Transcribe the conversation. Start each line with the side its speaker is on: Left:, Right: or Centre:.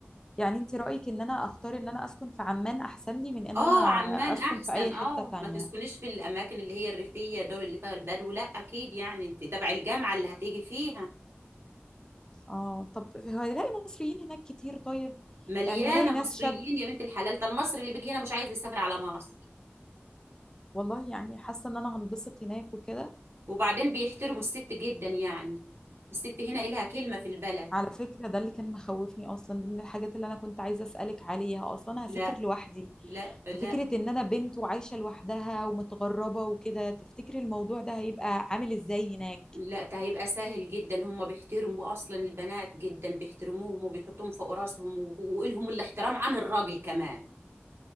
Left: يعني أنت رأيك إن أنا أختار إن أنا أسكن في عمان أحسن لي من إن
Right: اه
Left: أنا
Right: عمان
Left: أسكن
Right: احسن
Left: في أي
Right: اه
Left: حتة تانية
Right: ما تسكنيش في الاماكن اللي هي الريفيه دول اللي فيها البدو لا اكيد يعني انت تبع الجامعه اللي هتيجي فيها
Left: اه طب هلاقي مصريين هناك كتير طيب
Right: مليانه
Left: يعني هلاقي
Right: مصريين
Left: ناس شاب
Right: يا بنت الحلال ده المصري اللي بيجي هنا مش عايز يسافر على مصر
Left: والله يعني حاسه ان انا هنبسط هناك وكده
Right: وبعدين بيحترموا الست جدا يعني الست هنا إلها كلمه في البلد
Left: على فكره ده اللي كان مخوفني اصلا دي من الحاجات اللي انا كنت عايزه اسالك عليها اصلا انا هسافر
Right: لا
Left: لوحدي
Right: لا لا
Left: ففكره ان انا بنت وعايشه لوحدها ومتغربه وكده تفتكري الموضوع ده هيبقى عامل ازاي هناك
Right: لا ده هيبقى سهل جدا هم بيحترموا اصلا البنات جدا بيحترموهم وبيحطوهم فوق راسهم و- ولهم الاحترام عن الراجل كمان